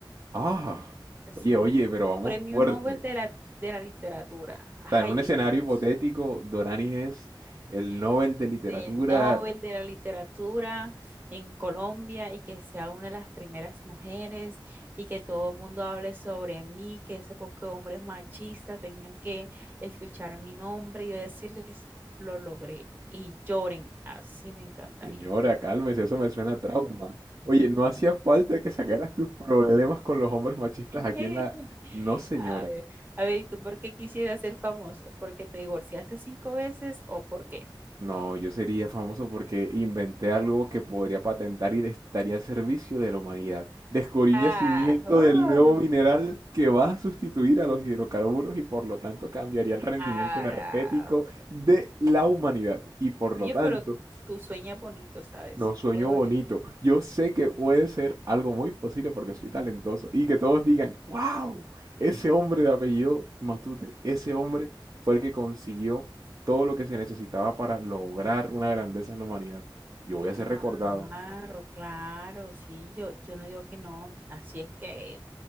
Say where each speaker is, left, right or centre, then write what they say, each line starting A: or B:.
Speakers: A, on the right (about 40°); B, on the right (about 25°).
A: Ah,
B: Sí,
A: oye, oye, pero vamos
B: premio
A: fuerte.
B: Nobel de la, de la literatura. Ay,
A: O sea, en un escenario
B: Dios.
A: hipotético, Doranis es el Nobel de Literatura,
B: Del Nobel de la literatura en Colombia y que sea una de las primeras mujeres y que todo el mundo hable sobre mí, que ese poco hombres machistas tengan que escuchar mi nombre y yo decirles, lo logré y lloren. Así me encantaría.
A: Señora, cálmese, eso me suena a trauma. Oye, no hacía falta que sacaras tus problemas con los hombres machistas aquí
B: <laughs>
A: en la... No, señora.
B: A ver, a ver, ¿y tú por qué quisieras ser famoso? ¿Porque te divorciaste cinco veces o porque
A: No, yo sería famoso porque inventé algo que podría patentar y de- estaría al servicio de la humanidad. Descubrí un
B: Ah,
A: yacimiento
B: oh,
A: del nuevo mineral que va a sustituir a los hidrocarburos y por lo tanto cambiaría el rendimiento
B: ara.
A: energético de la humanidad. Y por lo
B: Oye,
A: tanto,
B: pero tú sueñas bonito, ¿sabes?
A: No sueño
B: Muy bonito.
A: bonito. Yo sé que puede ser algo muy posible porque soy talentoso y que todos digan, wow, ese hombre de apellido Matute, ese hombre fue el que consiguió todo lo que se necesitaba para lograr una grandeza en la humanidad. Yo voy a
B: Claro,
A: ser recordado.
B: claro, sí, yo, yo no digo que no, así es que